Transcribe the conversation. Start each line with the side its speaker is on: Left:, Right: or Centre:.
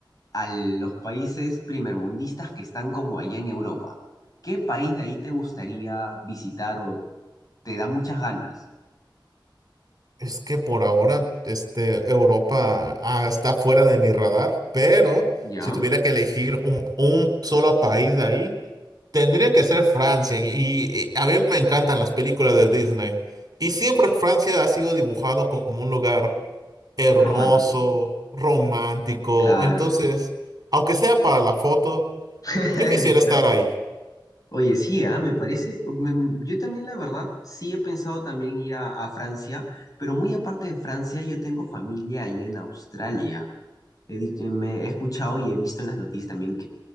Left: a los países primermundistas que están como allá en Europa? ¿Qué país de ahí te gustaría visitar o te da muchas ganas?
Right: Es que por ahora, este, Europa, ah, está fuera de mi radar, pero
Left: ¿Ya?
Right: si tuviera que elegir un, un solo país de ahí, tendría que ser Francia. Y, y a mí me encantan las películas de Disney. Y siempre Francia ha sido dibujado como un lugar hermoso,
Left: Romántico.
Right: romántico.
Left: Claro.
Right: Entonces, aunque sea para la foto,
Left: <laughs>
Right: yo quisiera estar ahí.
Left: Oye, sí, ah, Me parece, me- yo también la verdad, sí he pensado también ir a, a Francia, pero muy aparte de Francia, yo tengo familia allá en Australia. He, dicho- me he escuchado y he visto en las noticias también